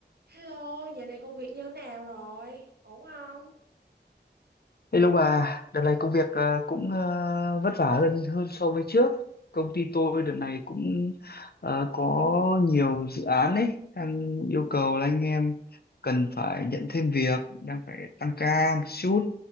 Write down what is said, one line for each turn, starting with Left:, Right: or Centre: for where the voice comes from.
Right: Hello, giờ này công việc như thế nào rồi? Ổn không?
Left: Hello bà, đợt này công việc ờ, cũng ờ, vất vả hơn hơn so với trước. Công ty tôi đợt này cũng ờ, có nhiều dự án ấy, đang yêu cầu là anh em cần phải nhận thêm việc, đang phải tăng ca một chút.